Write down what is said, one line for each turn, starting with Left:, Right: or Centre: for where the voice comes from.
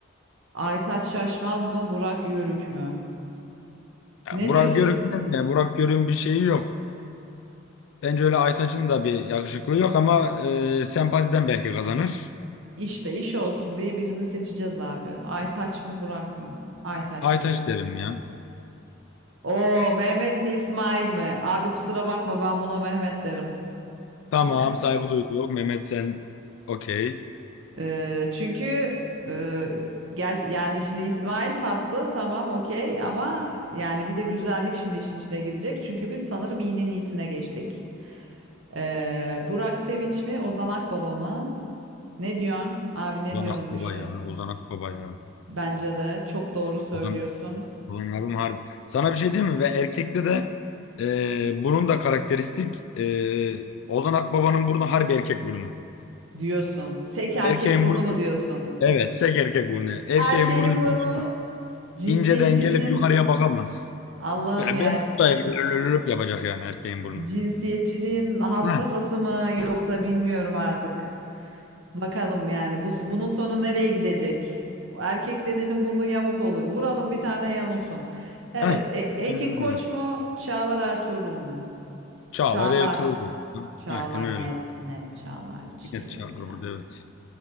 Right: Aytaç Şaşmaz mı, Burak Yörük mü?
Left: Ya,
Right: Ne
Left: Burak
Right: diyorsun?
Left: Görük'ün de Burak Görük'ün bir şeyi yok. Bence öyle Aytaç'ın da bir yakışıklığı yok ama e, sempatiden belki kazanır.
Right: İşte iş olsun diye birini seçeceğiz abi. Aytaç mı, Burak mı? Aytaç
Left: Aytaç
Right: diye geçecek.
Left: derim ya.
Right: Oo, Mehmet mi, İsmail mi? Abi kusura bakma ben buna Mehmet derim.
Left: Tamam
Right: Net.
Left: saygı duyduk. Mehmet sen okey.
Right: Ee, çünkü e, ger- yani şimdi İsmail tatlı tamam okey ama yani bir de güzellik şimdi işin içine girecek. Çünkü biz sanırım iğnenin iyisine geçtik. Ee, Burak Sevinç mi, Ozan Akbaba mı? Ne diyorsun? Abi ne
Left: Ozan
Right: diyorsun
Left: Akbaba
Right: bu işe?
Left: ya. Ozan Akbaba ya.
Right: Bence de çok doğru söylüyorsun.
Left: Ozan, Ozan abim harbi. Sana bir şey diyeyim mi? Ve erkekte de e, burun da karakteristik. E, Ozan Akbaba'nın burnu harbi erkek burnu.
Right: Diyorsun. Sek erkek
Left: Erkeğin
Right: burnu
Left: burnu
Right: mu diyorsun?
Left: Evet, sek erkek burnu. Erkeğin
Right: Erkeğin
Left: burnu
Right: burnu.
Left: böyle
Right: Cinsiyetçiliğin.
Left: inceden gelip yukarıya bakamaz.
Right: Allah'ım
Left: Böyle
Right: ya.
Left: ben buradayım böyle lölölöp yapacak yani erkeğin burnu.
Right: Cinsiyetçiliğin had
Left: Ha.
Right: safhası mı yoksa bilmiyorum artık. Bakalım yani bu bunun sonu nereye gidecek? Erkek dediğinin burnu yamuk olur. Vuralım bir tane yamulsun. Evet,
Left: Heh.
Right: E- Ekin
Left: Aynen öyle.
Right: Koç mu? Çağlar Ertuğrul mu?
Left: Çağlar
Right: Çağlar.
Left: Ertuğrul. diyor.
Right: Çağlar
Left: Aynen öyle.
Right: net net Çağlar hiç şey
Left: Net Çağlar
Right: yok yani.
Left: burada evet.